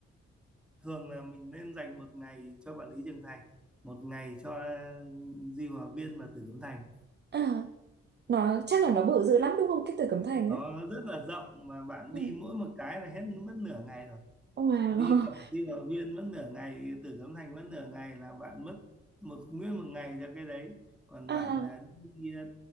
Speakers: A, in the centre; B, on the right.
A: thường là mình nên dành một ngày cho Vạn Lý Trường Thành một ngày cho ờ, Di Hòa Viên và Tử Cấm Thành
B: à nó chắc là nó bự dữ lắm đúng không cái Tử Cấm Thành
A: nó
B: á
A: rất là rộng mà bạn
B: Ừ.
A: đi mỗi một cái là hết mất nửa ngày rồi
B: wow
A: đi cả đi vào viên mất nửa ngày từ Cấm Thành mất nửa ngày là bạn mất một nguyên một ngày cho cái đấy còn
B: à.
A: bạn là đi ờ,